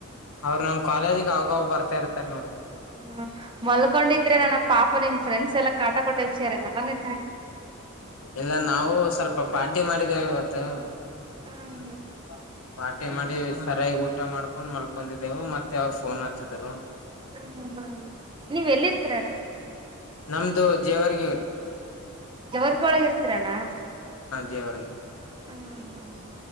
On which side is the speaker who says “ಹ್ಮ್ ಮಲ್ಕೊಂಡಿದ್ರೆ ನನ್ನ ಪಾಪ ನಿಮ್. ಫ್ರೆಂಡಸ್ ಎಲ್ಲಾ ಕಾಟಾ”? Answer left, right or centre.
Right